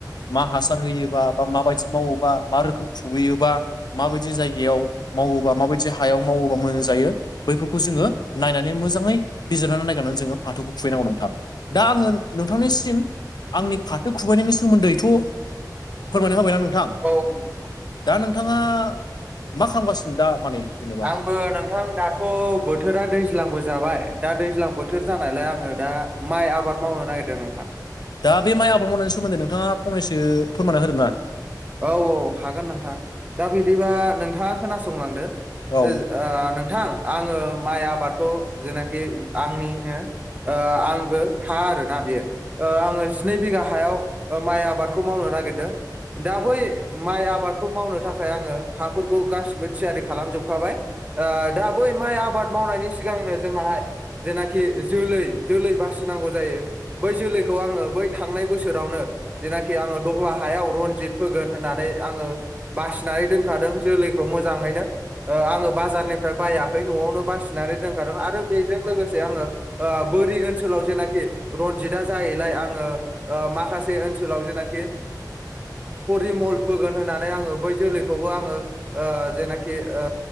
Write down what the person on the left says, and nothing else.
मा हासार होयोबा बा माबायदि मावोबा मा रोखोम खुुबैयोबा माबायदि जायगायाव मावोबा माबायदि हायाव मावोबा मोजां जायो बैफोरखौ जों ङो नायनानै मोजाङै बिजिरनानै नायनानै जोङो फाथोखौ फुुहैनांगौ नोंथां दा आङो नोंथांनिसिम आंनि फाथो खुबायनायनि सोमोन्दैथ' फोरमायना होबायना नोंथां।
दा नोंथाङा मा खालामगासिनो दा माने जेनेबा?
दा बे माइ आबाद मावनायनि सोमोन्दै नोंथाङा फंनैसो फोरमानना होदों ना
औ